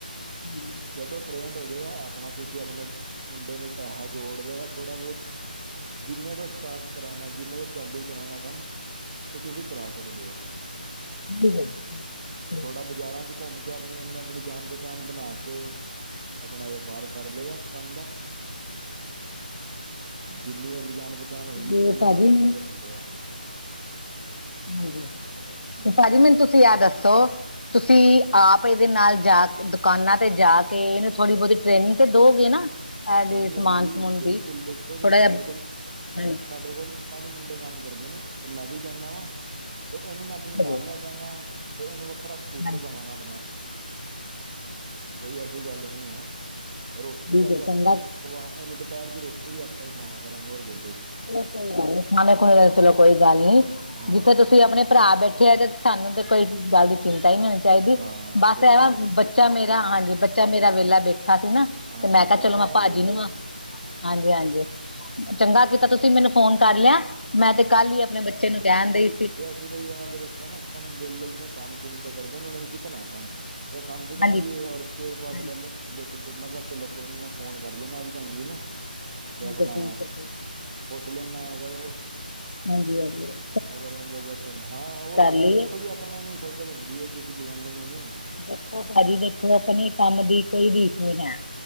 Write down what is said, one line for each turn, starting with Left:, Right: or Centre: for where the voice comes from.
Left: ਹਮ।
Right: ਜਦੋਂ ਟ੍ਰੇਡ ਹੋ ਜਾੇਗਾ ਆਪਣਾ ਤੁਸੀਂ, ਆਪਣੇ ਮੁੰਡੇ ਨੂੰ ਪੈਸਾ ਜੋੜ ਦੇਗਾ ਥੋੜਾ ਬਹੁਤ ਜਿੰਨੇ ਤੋਂ ਸਟਾਰਟ ਕਰਾਉਣਾ, ਜਿੰਨੇ ਤੋਂ ਚਾਲੂ ਕਰਾਉਣਾ ਕੰਮ ਤੇ ਤੁਸੀਂ ਕਰਾ ਸਕਦੇ ਹੋ,
Left: ਠੀਕ ਹੈ ਜੀ ਠੀਕ।
Right: ਥੋਡਾ ਬਾਜ਼ਾਰਾਂ 'ਚ ਘੁੰਮ ਕੇ ਆਪਣੀ ਉਹਨੇ, ਆਪਣੀ ਜਾਨ ਬ ਹਿ ਜਾਨ ਬਣਾ ਕੇ, ਆਪਣਾ ਵਪਾਰ ਕਰ ਲਏਗਾ ਕੰਮ ਦਾ। ਜਿੰਨੀ ਇਹ ਦੀ ਜਾਣ ਪਛਾਣ ਹੋਏਗੀ,
Left: ਤੇ
Right: ਓਨਾ
Left: ਭਾਅ ਜੀ
Right: ਉਹਦਾ
Left: ਮੈਨੂੰ
Right: ਜ਼ਿਆਦਾ ਚੱਲੇਗਾ।
Left: ਹਾਂਜੀ,
Right: ਹਾਂ
Left: ਤੇ ਭਾਜੀ ਮੈਨੂੰ ਤੁਸੀਂ ਐ ਦੱਸੋ, ਤੁਸੀਂ
Right: ਹਾਂਜੀ
Left: ਆਪ ਆਪ ਇਹਦੇ ਨਾਲ ਜਾ ਦੁਕਾਨਾਂ ਤੇ ਜਾ ਕੇ, ਇਹਨੂੰ ਥੋੜ੍ਹੀ ਬਹੁਤੀ ਟ੍ਰੇਨਿੰਗ ਤੇ ਦਓਗੇ ਨਾ? ਇਹਦੇ
Right: ਹਾਂਜੀ
Left: ਸਮਾਨ
Right: ਹਾਂਜੀ,
Left: ਸਮੂਨ
Right: ਬਿਲਕੁਲ,
Left: ਦੀ
Right: ਦੇਖੋ ਜੀ
Left: ਥੋੜ੍ਹਾ
Right: ਸਾਡੇ
Left: ਜਿਹਾ
Right: ਕੋਲ
Left: ਹਾਂਜੀ
Right: ਸਾਡੇ ਕੋਲ ਪੰਜ ਮੁੰਡੇ ਕੰਮ ਕਰਦੇ ਨੇ, ਤੇ ਮੈਂ ਵੀ ਜਾਂਦਾ ਵਾ, ਤੇ ਇਹਨੂੰ ਮੈਂ ਆਪਣੇ
Left: ਹਾਂਜੀ
Right: ਨਾਲ ਲੈ ਜਾਂਗਾ, ਤੇ ਇਹਨੂੰ ਵੱਖਰਾ ਸਕੂਟਰ
Left: ਹਾਂਜੀ,
Right: ਦੇਵਾਂਗਾ ਆਪਣਾ। ਕੋਈ ਐਸੀ ਗੱਲ ਨੀ ਹੈ, ਰੋਟੀ
Left: ਠੀਕ
Right: ਦਾ ਵੀ
Left: ਹੈ
Right: ਆਪ
Left: ਚੰਗਾ
Right: ਖੁਵਾ, ਇਹਨੂੰ ਦੁਪਹਿਰ ਦੀ ਰੋਟੀ ਵੀ ਆਪਾਂ ਹੀ ਖਵਾਇਆ ਕਰਾਂਗੇ, ਹੋਰ ਬੋਲੋ ਜੀ?
Left: ਚਲੋ ਕੋਈ ਗੱਲ ਨੀ, ਖਾਣੇ ਖੂਣੇ ਚਲੋ ਕੋਈ ਗੱਲ ਨੀ,
Right: ਹਾਂ
Left: ਜਿੱਥੇ ਤੁਸੀਂ ਆਪਣੇ ਭਰਾ ਬੈਠੇ ਆ, ਤੇ ਸਾਨੂੰ ਤੇ ਕੋਈ ਗੱਲ ਦੀ ਚਿੰਤਾ ਹੀ ਨਹੀਂ ਹੋਣੀ ਚਾਹੀਦੀ,
Right: ਹਾਂ
Left: ਬਸ
Right: ਦੇਖੋ
Left: ਐ ਵ ਬੱਚਾ ਮੇਰਾ,
Right: ਕ
Left: ਹਾਂਜੀ, ਬੱਚਾ ਮੇਰਾ ਵੇਹਲਾ ਬੈਠਾ ਸੀ ਨਾ
Right: ਹਾਂ
Left: ਤੇ ਮੈਂ ਕਿਹਾ
Right: ਕਾਮਯਾਬ
Left: ਚਲੋ, ਮੈਂ ਭਾਜੀ
Right: ਹੋ ਜੇ
Left: ਨੂੰ ਵਾਂ, ਹਾਂਜੀ-ਹਾਂਜੀ
Right: ਹਾਂ
Left: ਚੰਗਾ ਕੀ ਤਾਂ, ਮੈਨੂੰ ਫੋਨ ਕਰ ਲਿਆ, ਮੈਂ ਤੇ ਕੱਲ ਹੀ ਆਪਣੇ ਬੱਚੇ ਨੂੰ ਕਹਿਣ ਦਈ ਸੀ।
Right: ਅਸੀਂ ਬਈ ਉਹਨਾਂ ਦੇ ਬੱਚੇ ਨਾ, ਇਸ ਟਾਈਮ ਵੇਲੇ ਹੀ ਨੇ, ਕੰਮ ਕੁਮ ਤੇ ਕਰਦੇ ਨੇ, ਉਹਨਾਂ ਨੇ ਸਿੱਖਣਾ ਕੰਮ। ਕੰਮ ਸਿੱਖਣਾ
Left: ਹਾਂਜੀ
Right: ਵੀ ਏ, ਔਰ ਤੇ ਸਪੇਰ ਪਾਰਟ
Left: ਹਾਂਜੀ
Right: ਪਹਿਲੇ ਓਹ ਦੇਖੀ ਦੋਨਾ ਦਾ ਚਲੋ ਕੋਈ ਨੀ, ਮੈਂ ਫੋਨ ਕਰ ਦਿੰਦਾਂ ਅੱਜ ਭੈਣ ਜੀ ਨੂੰ। ਤੇ ਆਪਣਾ,
Left: ਠੀਕ ਹੈ ਠੀਕ ਹੈ ਠੀਕ
Right: ਪੁੱਛ ਲੇਨਾ ਅਗਰ
Left: ਹਾਂਜੀ-ਹਾਂਜੀ।
Right: ਅਗਰ ਉਹ ਦੇ <unintelligible> ਹਾਂ, ਉਹ ਤੇ
Left: ਲਈ
Right: ਦੇਖੋ ਜੀ ਆਪਣੇ ਨੂੰ ਹੀ ਫ਼ਿਕਰ ਹੁੰਦੀ ਹੈ, ਕਿਸੇ ਬਗਾਨੇ ਨੂੰ ਨਹੀਂ ਹੁੰਦੀ।
Left: ਦੇਖੋ ਭਾਜੀ ਦੇਖੋ, ਆਪਣੇ ਕੰਮ ਦੀ ਕੋਈ ਰੀਸ ਨਹੀਂ ਹੈ।